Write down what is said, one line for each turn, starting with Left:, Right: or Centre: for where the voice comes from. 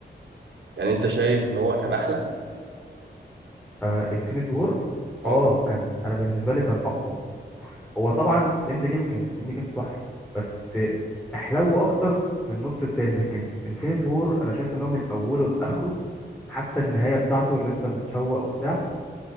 Right: يعني انت شايف ان هو كان احلى
Centre: آه انفينيتي وور
Right: اه
Centre: اه كان انا بالنسبه لي كان اقوى هو طبعا اند جيم كان اند جيم تحفه بس احلو اكتر من نص التاني لكن انفينيتي وور انا شايف ان هو من اوله لاخره حتى النهايه بتاعته اللي انت متشوق وبتاع